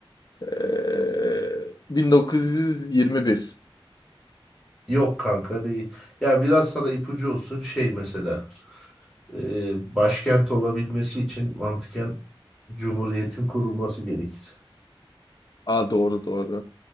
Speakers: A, on the left; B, in the centre.
A: Ee, 1921.
B: Yok kanka değil. Ya biraz sana ipucu olsun şey mesela. e, başkent olabilmesi için mantıken Cumhuriyet'in kurulması gerekir.
A: Aa doğru doğru.